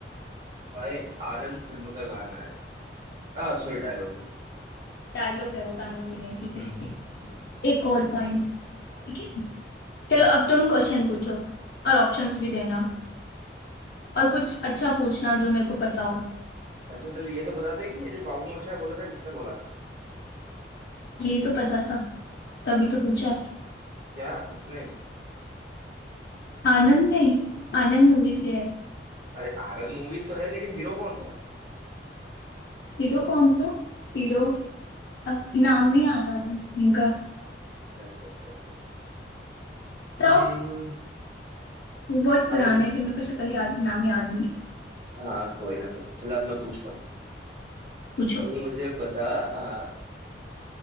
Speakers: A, on the right; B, on the left.
A: भाई आनंद फिल्म का गाना है आ सॉरी डायलॉग है
B: डायलॉग है वो गाना नहीं है ठीक
A: हम्म
B: है ठीक
A: हम्म
B: है
A: हम्म, ठीक,
B: एक और पॉइंट ठीक है चलो
A: हम्म।
B: अब तुम क्वेश्चन पूछो और ऑप्शंस भी देना और कुछ अच्छा पूछना जो मेरे को पता हो
A: अच्छा चलो ये तो बता दे कि ये जो बाबू मोशाय बोला था किसने बोला था
B: ये तो पता था तभी तो पूछा
A: क्या किसने
B: आनंद नहीं आनंद मूवी से है
A: अरे आनंद मूवी तो है लेकिन हीरो कौन था
B: हीरो कौन था हीरो अब नाम नहीं याद आ रहा इनका
A: चल चल चल चल
B: बताओ
A: हम्म
B: वो बहुत
A: अब
B: पुराने
A: मैं
B: थे मेरे को शक्ल याद है नाम याद नहीं
A: हाँ कोई ना कोई ना चलो अब मैं पूछता हूँ
B: पूछो
A: तू मुझे बता आ,